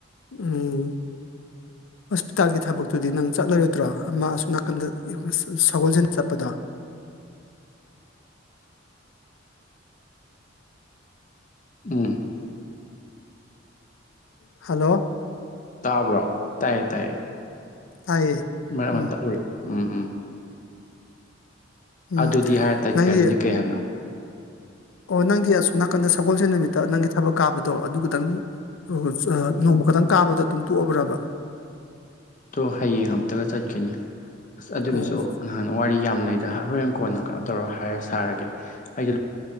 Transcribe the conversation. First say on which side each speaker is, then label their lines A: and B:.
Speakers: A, on the left; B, on the left.
A: ꯎꯝ ꯍꯣꯁꯄꯤꯇꯥꯜꯒꯤ ꯊꯕꯛꯇꯨꯗꯤ ꯅꯪ ꯆꯠꯂꯔꯣꯏꯗ꯭ꯔꯣ ꯑꯃ ꯑ ꯅꯥꯀꯟꯗ ꯁꯒꯣꯜꯁꯟ ꯆꯠꯄꯗ ꯎꯝ
B: ꯎꯝ
A: ꯍꯜꯂꯣ
B: ꯇꯥꯕ꯭ꯔꯣ ꯇꯥꯏꯌꯦ ꯇꯥꯏꯌꯦ
A: ꯇꯥꯏꯌꯦ
B: ꯃꯔꯛ ꯑꯃ
A: ꯎꯝ
B: ꯇꯠꯂꯨꯔꯦ ꯎꯝ ꯎꯝ
A: ꯎꯝ
B: ꯑꯗꯨꯗꯤ ꯍꯥꯏꯔꯦ ꯇꯠꯈ꯭ꯔꯦ
A: ꯅꯪꯒꯤ
B: ꯑꯗꯨꯗꯤ ꯀꯩ ꯍꯥꯏꯕꯅꯣ
A: ꯑꯣ ꯅꯪꯒꯤ ꯑꯁꯣꯝ ꯅꯥꯀꯟꯗ ꯁꯒꯣꯜꯁꯦ ꯅꯨꯃꯤꯠꯇ ꯅꯪꯒꯤ ꯊꯕꯛ ꯀꯥꯕꯗꯣ ꯑꯗꯨꯇꯪ ꯑꯗꯨꯒ ꯅꯣꯡꯃ ꯈꯛꯇꯪ ꯀꯥꯕꯗ ꯑꯗꯨꯝ ꯇꯣꯛꯑꯕ꯭ꯔꯕ
B: ꯇꯣ ꯍꯌꯦꯡ ꯑꯃꯝꯇꯒ ꯆꯠꯀꯅꯤ ꯑꯁ ꯑꯗꯨꯒꯤꯁꯨ
A: ꯑꯣ
B: ꯅꯍꯥꯟꯅ ꯋꯥꯔꯤ ꯌꯥꯝ ꯂꯩꯗ ꯍꯣꯔꯦꯟ ꯀꯣꯟꯅ ꯀꯩꯅꯣ ꯇꯧꯔ ꯍꯥꯏꯔ ꯁꯥꯔꯒꯦ ꯑꯩꯗꯨ